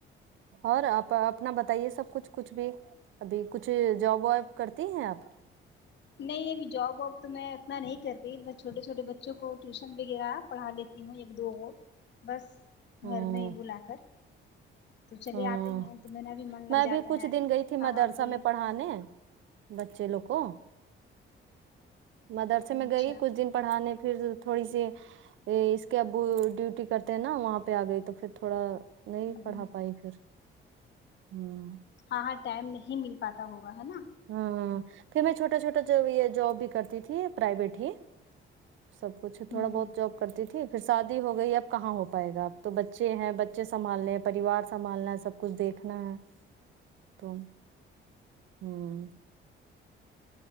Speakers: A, on the right; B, on the left.
A: اور آپا اپنا بتائیے سب کچھ بھی ابھی کچھ جاب واب کرتی ہیں آپ
B: نہیں ابھی جاب واب تو میں اتنا نہیں کرتی بس چھوٹے چھوٹے بچوں کو ٹیوشن وغیرہ پڑھا لیتی ہوں ایک دو وہ بس
A: ہاں
B: گھر میں ہی بلا کر تو چلے
A: ہاں
B: آتے ہیں تو میرا بھی من لگ
A: میں بھی
B: جاتا
A: کچھ
B: ہے
A: دن گئی تھی مدرسہ
B: آاں کی
A: میں پڑھانے بچے لوگ کو مدرسے میں
B: اچھا
A: گئی کچھ دن پڑھانے پھر تھوڑی سی اس کے ابو ڈیوٹی کرتے ہیں نا وہاں پہ آ گئی تو پھر تھوڑا نہیں
B: ہوں
A: پڑھا پائی پھر ہوں
B: ہاں ہاں ٹائم نہیں مل پاتا ہوگا ہے نا
A: ہوں پھر میں چھوٹا چھوٹا جو یہ جاب بھی کرتی تھی پرائیویٹ ہی سب کچھ تھوڑا
B: ہوں
A: بہت جپ کرتی تھی پھر شادی ہو گئی اب کہاں ہو پائے گا اپ تو بچے ہیں بچے سنبھالنے ہیں پریوار سنبھالنا ہے سب کچھ دیکھنا ہے تو ہوں